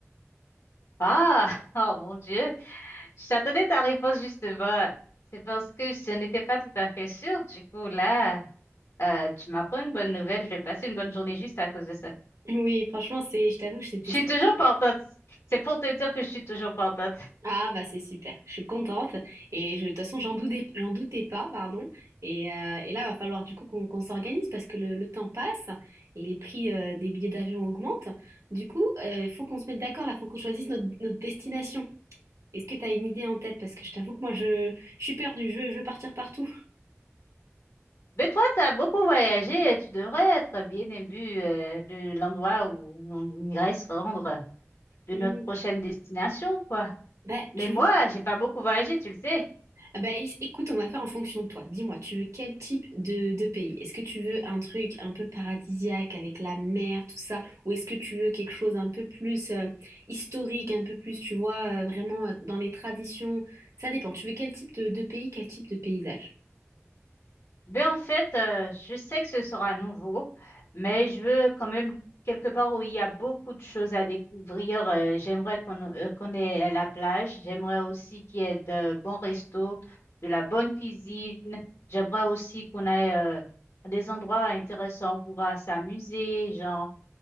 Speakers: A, on the left; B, on the right.
A: Ah, <laughs> oh mon Dieu, j'attendais ta réponse justement. C'est parce que je n'étais pas tout à fait sûre. Du coup, là, euh, tu m'apprends une bonne nouvelle. Je vais passer une bonne journée juste à cause de ça.
B: Oui, franchement, c'est, je t'avoue que c'était
A: Je suis
B: stressant.
A: toujours partante. C'est pour te dire que je suis toujours partante.
B: Ah bah c'est super, je suis contente et je, de toute façon j'en doutais, j'en doutais pas, pardon. Et, euh, et là va falloir du coup qu'on qu'on s'organise parce que le, le temps passe et les prix euh, des billets d'avion augmentent. Du coup, il faut qu'on se mette d'accord là, faut qu'on choisisse notre, notre destination. Est-ce que tu as une idée en tête? Parce que je t'avoue que moi je, je suis perdue, je, je veux partir partout.
A: Mais toi, tu as beaucoup voyagé et tu devrais être bien imbu euh, de l'endroit où on irait se rendre, de
B: Hmm,
A: notre prochaine destination, quoi.
B: bah
A: Mais
B: tu
A: moi,
B: vois.
A: j'ai pas beaucoup voyagé, tu le sais.
B: Ah Bah, é- écoute, on va faire en fonction de toi. Dis-moi, tu veux quel type de, de pays? Est-ce que tu veux un truc un peu paradisiaque avec la mer, tout ça? Ou est-ce que tu veux quelque chose un peu plus euh, historique, un peu plus, tu vois, euh, vraiment euh, dans les traditions? Ça dépend. Tu veux quel type de, de pays, quel type de paysage?
A: Ben en fait, euh, je sais que ce sera nouveau, mais je veux quand même quelque part où il y a beaucoup de choses à découvrir. Euh, j'aimerais qu'on euh, qu'on ait la plage. J'aimerais aussi qu'il y ait de bons restos, de la bonne cuisine. J'aimerais aussi qu'on ait euh, des endroits intéressants où on pourra s'amuser, genre,